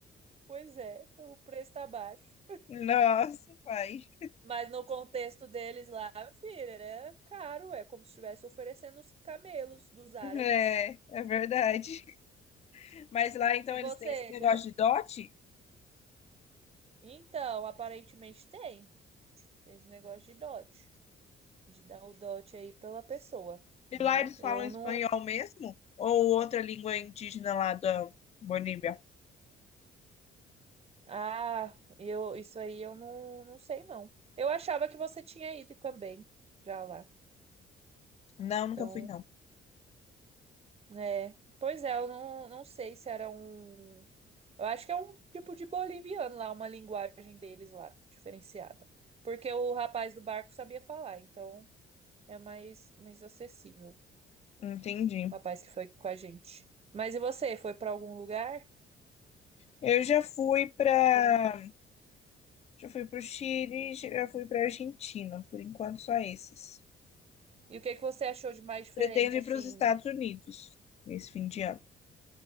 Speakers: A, on the right; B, on the left.
A: Pois é, então o preço tá baixo.
B: Nossa, pai.
A: Mas no contexto deles lá, meu filho, era caro, é como se estivesse oferecendo os camelos dos árabes.
B: É, é verdade. Mas lá então
A: E você
B: eles têm esse negócio
A: já.
B: de dote?
A: Então, aparentemente tem. Tem esse negócio de dote. De dar o dote aí pela pessoa,
B: E
A: né?
B: lá eles
A: Eu
B: falam espanhol
A: não.
B: mesmo? Ou outra língua indígena lá da Bolívia?
A: Ah, eu isso aí eu não, não sei, não. Eu achava que você tinha ido também já lá.
B: Não, nunca
A: Então,
B: fui, não.
A: é. Pois é, eu não, não sei se era um Eu acho que é um tipo de boliviano lá, uma linguagem deles lá, diferenciada. Porque o rapaz do barco sabia falar, então é mais, mais acessível.
B: Entendi.
A: O rapaz que foi com a gente. Mas e você? Foi pra algum lugar
B: Eu já fui pra.
A: diferente?
B: Já fui para o Chile, já fui para a Argentina. Por enquanto, só esses.
A: E o que que você achou de mais diferente,
B: Pretendo ir
A: assim?
B: para os Estados Unidos nesse fim de ano.